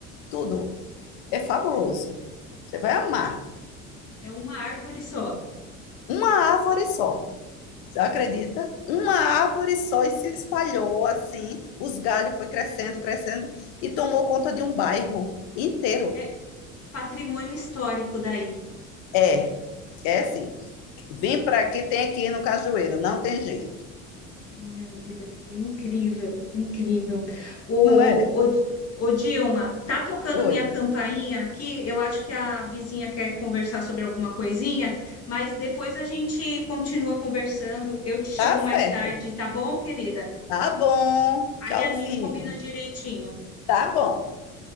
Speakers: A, on the left; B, on the left.
A: Tudo. É fabuloso. Você vai amar.
B: É uma árvore só.
A: Uma árvore só. Você acredita? Uma árvore só e se espalhou assim. Os galhos foi crescendo, crescendo e tomou conta de um bairro inteiro.
B: É Patrimônio histórico daí.
A: É, é assim. Vim para aqui, tem que ir no cajueiro. Não tem jeito.
B: Meu Deus, é incrível, incrível. O,
A: Não é?
B: o, Ô Dilma, tá tocando
A: Oi.
B: minha campainha aqui. Eu acho que a vizinha quer conversar sobre alguma coisinha, mas depois a gente continua conversando. Eu te chamo
A: Tá
B: mais
A: certo.
B: tarde, tá bom, querida?
A: Tá bom.
B: Aí
A: Tchauzinho.
B: a gente combina direitinho.
A: Tá bom.